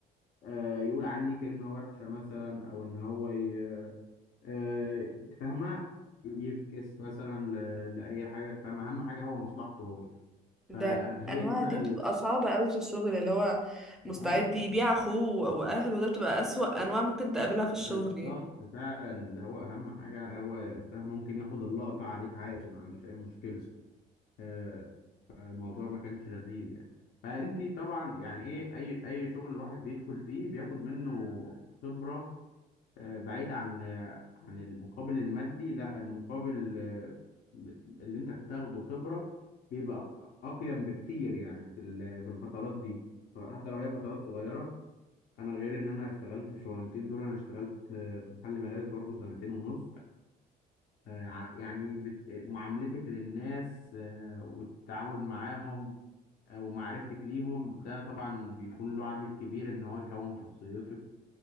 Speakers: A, on the left; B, in the centre.
A: آه، يقول عني كلمه وحشه مثلا او ان هو ي- آه، أنت فاهمه يفكس مثلا ل- لاي حاجه أنت فاهم اهم حاجه هو مصلحته هو
B: ده
A: فهي
B: الانواع
A: دي بقى
B: دي
A: ال...
B: بتبقى صعبة قوي في الشغل اللي هو مستعد
A: اه
B: يبيع اخوه واهله ده بتبقى اسوأ انواع ممكن تقابلها في الشغل
A: بالظبط
B: يعني
A: فعلا اللي هو اهم حاجه هو انت ممكن ياخد اللقطه عليك عادي ما عندوش اي مشكله آه، فالموضوع ما كانش لذيذ يعني فانت طبعا يعني ايه اي اي شغل الواحد بيدخل فيه بياخد منه خبره آه، بعيد عن آه، عن المقابل المادي لا المقابل آه، اللي انت بتاخده خبره بيبقى اقيم بكتير يعني في ال- في الفترات دي حتى لو هي فترات صغيره انا غير ان انا اشتغلت الشغلانتين دول انا اشتغلت آه، في محل ملابس برضو سنتين ونص آه، ع- يعني بت- معاملتك للناس آه، والتعامل معاهم آه، ومعرفتك ليهم ده طبعا بيكون له عامل كبير ان هو يكون شخصيتك